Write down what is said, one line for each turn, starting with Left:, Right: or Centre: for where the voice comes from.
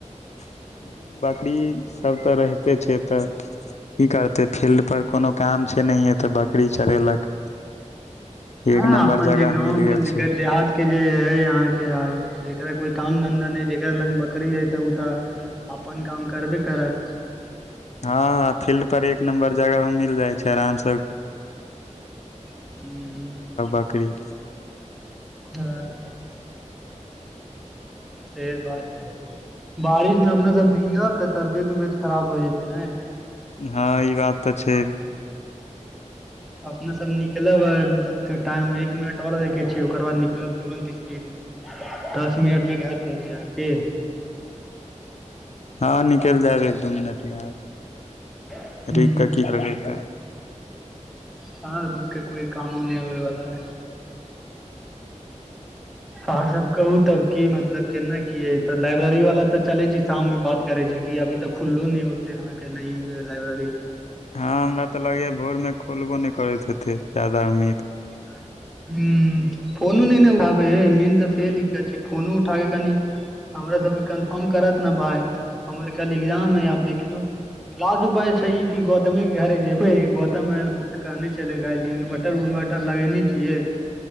Left: हूँ बकरी सब त रहिते छै एत की करतै फील्ड पर कोनो काम छै नहिये त बकरी चरेलक
Centre: हँ
Left: एक नम्बर
Centre: अपन
Left: जगह
Centre: जे गाँंव
Left: मिल
Centre: के
Left: गेल छै
Centre: देहात के जे ऐ यहाँ के जेकरा कोई काम धंधा नै जेकरा लग बकरी ऐ उ त अपन काम करबे करब
Left: हाँ हाँ फील्ड पर एक नम्बर जगह हो मिल जाइ छै आराम स
Centre: हूँ
Left: बकरी
Centre: हँ से बात है बारिश मे अपना सब भींगब त तबियत उबियत खराब हो जेतै नाय
Left: हाँ ई बात त छै
Centre: अपना सब निकलब आ टाइम एक मिनट आओर देखै छियै ओकर बाद निकलब तुरन्त स्पीड मे दस मिनट मे घर पहुँच जाएब की
Left: हाँ निकैल जाएब एक दो मिनट मे आब
Centre: ह
Left: रुक क की करबै एत
Centre: हाँ रुक के कोई कामो नै होएवला अई आओर सब कहू तब की मतलब केना की अई त लाइब्रेरी वाला त चलै छी शाम मे बात करै छी की अभी तक खुलो नै होतै आहाँ के न लाइब्रेरी
Left: हाँ हमरा त लगैया भोर मे खोलबो नै करैत हेतै जादा उम्मीद
Centre: <inaudible> हूँ फोनो नै ने उठाबै है मेन तऽ से दिक्कत छैय फोनो उठाब क कनि हमरा सबके कन्फर्म करत न भाय हमर कल एग्जाम अई आब देखियौ लास्ट उपाय छैय ई कि गौतमे के घरे जेबै गौतम कहने छले गाइज इनबटर उन बटर लगेने छिये